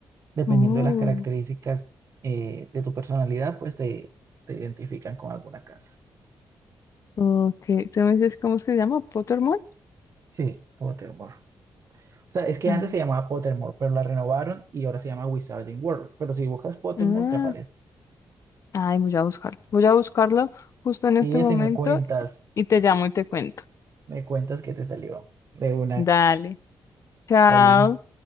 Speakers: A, on the right; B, on the left.
A: Dependiendo
B: Oh,
A: de las características eh, de tu personalidad, pues te, te identifican con alguna casa.
B: ok. ¿Tú me dices cómo es que se llama? ¿Pottermore?
A: Sí, Pottermore. O sea, es que
B: Ah,
A: antes se llamaba Pottermore, pero la renovaron y ahora se llama Wizarding World. Pero si buscas Pottermore,
B: ah.
A: te aparece.
B: Ay, voy a buscarlo. Voy a buscarlo justo en este
A: Y
B: momento
A: si me cuentas,
B: y te llamo y te cuento.
A: me cuentas que te salió de una
B: Dale. Chao.
A: allí.